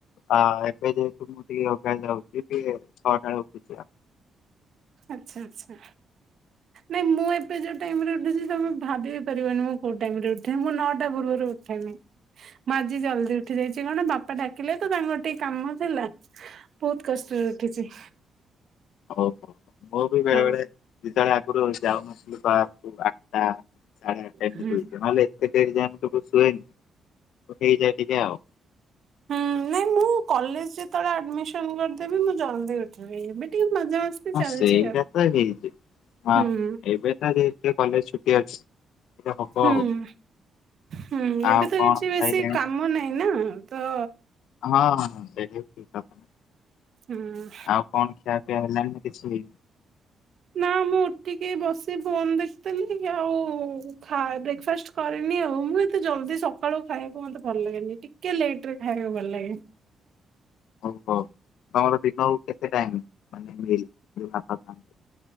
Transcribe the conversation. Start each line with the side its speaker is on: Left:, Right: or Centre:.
Left: ଆ ଏବେ ଯେହେତୁ ମୁଁ ଟିକେ ଅଭ ଯାଉଛି ଟିକେ ଛଅଟାଳେ ଉଠୁଛି
Right: ଆଚ୍ଛା ଆଛା। ନାଇଁ ମୁଁ ଏବେ ଯୋଉ ଟାଇମ ରେ ଉଠୁଛି ତମେ ଭାବି ପାରିବନି ମୁଁ କୋଉ ଟାଇମ ରେ ଉଠେଇି ମୁଁ ନଅଟା ପୂର୍ବରୁ ଉଠେଇମି ମାଜି ଜଲଦି ଉଠି ଯାଇଛି କଣ ବାପା ଡାକିଲେ ତ ତାଙ୍କର ଟିକେ କାମ ଥିଲା। ବହୁତ କଷ୍ଟରେ ଉଠିଛି।
Left: ଓହୋ ମୁଁ ବି ବେଳେ
Right: ହଁ
Left: ବେଳେ ଯେତେବେଳେ ଆଗୁରୁ ଯାଉନଥିଲି ବାହାରକୁ ଆଠଟା ସାଢେ ଆଠଟା।
Right: ହୁଁ।
Left: <unintelligible> ନହେଲେ ଏତେ ଡେରି ଯାଏ ମୁଁ କେବେ ଶୁଏନି। <unintelligible> ହେଇଯାଏ ଟିକେ ଆଉ।
Right: ହୁଁ ନାଇଁ ମୁଁ କଲେଜ ଯେତେବେଳେ ଆଡମିସନ କରିଦେବି ମୁଁ ଜଲ୍ଦି ଉଠି ଆଉ ଏବେ ଟିକେ ମଜା <unintelligible>
Left: ହଁ ସେଇଟା
Right: ଆଉ।
Left: ତ ହେଇଛି। ହଁ
Right: ହୁଁ
Left: ଏବେ ତ <unintelligible> କଲେଜ ଛୁ ଟି ଅଛି। <unintelligible> ହବ
Right: ହୁଁ।
Left: ଆଉ।
Right: ହୁଁ ଏବେ
Left: ଆଉ
Right: ତ
Left: କଣ
Right: କିଛି ବେଶୀ
Left: ଖାଇଲେଣି
Right: କାମ ନାହିଁ ନା ତ।
Left: ହଁ ହଁ ହଁ ସେଇଟା ବି ଠିକ୍ କଥା ନା।
Right: ହୁଁ
Left: ଆଉ କଣ ଖିଆପିଆ ହେଲାଣି ନା କିଛି ହେଇନି?
Right: ନାଁ ମୁଁ ଉଠିକି ବସି ଫୋନ୍ ଦେଖୁଥିଲିି ଆଉ ଖାଦ୍ ବ୍ରେକ୍ଫାଷ୍ଟ କରିନି ଆଉ। ମୁଁ <unintelligible> ଏତେ ଜଲଦି ସକାଳୁ ଖାଇବାକୁ ମତେ ଭଲ ଲାଗେନି। ଟିକେ ଲେଟରେ ଖାଇବାକୁ ଭଲ ଲାଗେ।
Left: ଓହୋ ତମର ଦିନକୁ କେତେ ଟାଇମ୍ ମାନେ ମିଲ୍ ଯୋଉ ଭାତ ଖାଆନ୍ତି?